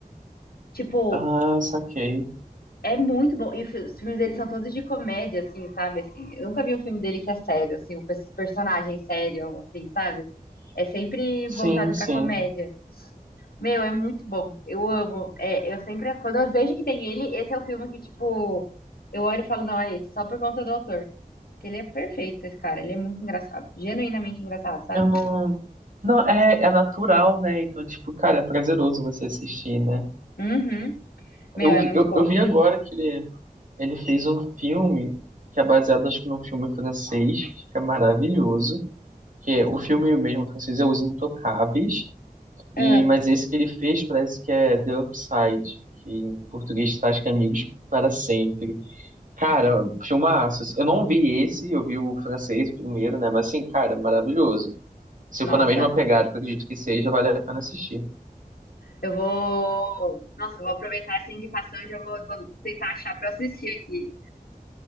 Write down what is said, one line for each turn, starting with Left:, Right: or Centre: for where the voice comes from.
Left: Tipo,
Right: Ah, saquei.
Left: é muito bom. E o fi- os filmes dele são todos de comédia assim, sabe? Assim, eu nunca vi um filme dele que é sério assim, o pers- personagem sério assim, sabe? É sempre
Right: Sim,
Left: voltado
Right: sim.
Left: pra comédia. Meu, é muito bom. Eu amo. É, eu sempre, quando eu vejo que tem ele, esse é o filme que, tipo, eu olho e falo, não, é esse, só por conta do autor. Porque ele é perfeito, esse cara. Ele é muito engraçado. Genuinamente engraçado, sabe?
Right: Eu não. Não, é, é natural, né? Então, tipo, cara, é prazeroso você assistir, né?
Left: Uhum. Meu,
Right: Eu,
Left: é
Right: vi-
Left: muito
Right: eu,
Left: bom.
Right: eu vi agora que ele, ele fez um filme que é baseado, acho que, num filme francês, que é maravilhoso. Que é, o filme mesmo francês é Os Intocáveis,
Left: Ah,
Right: e, mas esse que ele fez parece que é The Upside, que em português tá, acho que é Amigos para Sempre. Cara, filmaço. assim, Eu não vi esse, eu vi o francês primeiro, né? Mas, assim, cara, maravilhoso. Se
Left: nossa,
Right: for na mesma pegada, que eu acredito que seja, vale a pena assistir.
Left: eu vou. Nossa, eu vou aproveitar essa indicação e já vou, vou tentar achar pra eu assistir aqui.